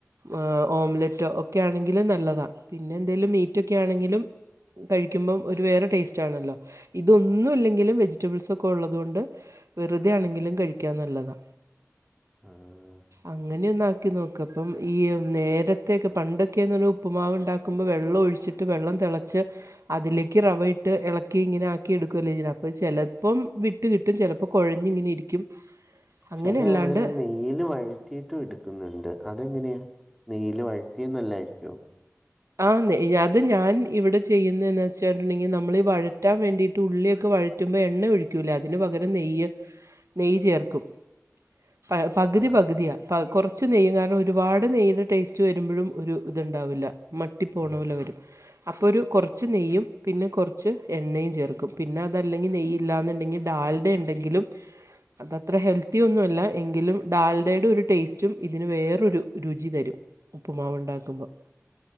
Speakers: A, on the right; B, in the centre.
A: എ ഓംലറ്റോ ഒക്കെ ആണെങ്കിലും നല്ലതാ. പിന്നെ എന്തേിലും മീറ്റൊക്കെ ആണെങ്കിലും. കഴിക്കുമ്പം ഒരു വേറെ ടേസ്റ്റ് ആണല്ലോ. ഇതൊന്നും ഇല്ലെങ്കിലും വെജിറ്റബിൾസ് ഒക്കെ ഉള്ളതുകൊണ്ട് വെറുതെ ആണെങ്കിലും കഴിക്കാൻ നല്ലതാ.
B: ആഹ്
A: അങ്ങനെ ഒന്ന് ആക്കി നോക്ക്. അപ്പം ഈ നേരെ ടതെക്ക് പണ്ടൊക്കെന്ന് പറഞ്ഞാൽ. ഉപ്പുമാവ് ഉണ്ടാക്കുമ്പോൾ വെള്ളം ഒഴിച്ചിട്ട് വെള്ളം തിളച്ച്. അതിലേക്ക് റവ ഇട്ട് എളക്കി ഇങ്ങനെ ആക്കി എടുക്കുവല്ലേ ചെയ്യുന്ന. അപ്പോ ചെലപ്പം വി ഇട്ട് കിട്ടും ചിലപ്പോ കുഴഞ്ഞ ഇങ്ങനെ ഇരിക്കും അങ്ങനെ
B: ചില
A: അല്ലാണ്ട്
B: ആളുകളിൽ ന നീല് വഴറ്റിയിട്ടും എടുക്കുന്നുണ്ട് അതെങ്ങനെയാ നീല് വഴറ്റിയ എന്നല്ലായിരിക്കോ
A: ആഹ് അത് ഞാൻ ഇവിടെ ചെയ്യുന്നന്ന് വെച്ചിട്ടുണ്ടെങ്കിൽ നമ്മൾ വഴറ്റാൻ വേണ്ടിയിട്ട് ഉള്ളിയൊക്കെ വ റ്റുമ്പോ എണ്ണ ഒഴിക്കൂലാ അതിന് പകരം നെയ്യ് നെയ്യ് ചേർക്കും പ പകുതി
B: ആഹ്
A: പകുതിയാണ് പ്പ കുറച്ച് നെയ്യും കാരണം ഒരുപാട് നെയ്യുിൻ്റെ ടേസ്റ്റ് വരുമ്പോഴും ഒരു ഇതുണ്ടാവില്ല മട്ടി പോണ
B: ആഹ്
A: പോല വരും അപ്പോൾ ഒരു കുറച്ച് നെയ്യും പിന്നെ കുറച്ച് എണ്ണയും ചേർക്കും പിന്നെ അതല്ലെങ്കിൽ നെയ്യ്‌ ഇല്ലെന്നുണ്ടെങ്കിൽ ഡാൽഡ ഉണ്ടെങ്കിലും അതത്ര ഹെൽത്തി ഒന്നുല്ല എങ്കിലും ഡാൽഡയുടെ ഒരു ടേസ്റ്റും ഇതിന് വേറൊരു രുചി തരും ഉപ്പ്മാവ് ഉണ്ടാക്കുമ്പോൾ